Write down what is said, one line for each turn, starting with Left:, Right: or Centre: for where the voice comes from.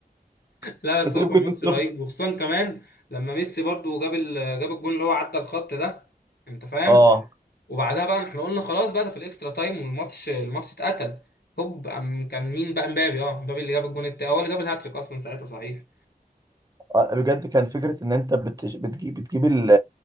Right: <laughs>
Left: لا بس
Right: انت
Left: هو
Right: يمكن
Left: كان ماتش
Right: تكسب
Left: رهيب وخصوصا كمان لما ميسي برضو جاب ال... جاب الجون اللي هو عدى الخط ده انت فاهم
Right: اه
Left: وبعدها بقى احنا قلنا خلاص بقى ده في الاكسترا تايم والماتش الماتش اتقتل هوب أم- كان مين بقى امبابي اه امبابي اللي جاب الجون التاني هو اللي جاب الهاتريك اصلا ساعتها صحيح
Right: آه، بجد كان فكره ان انت بتج- بتجيب بتجيب ال-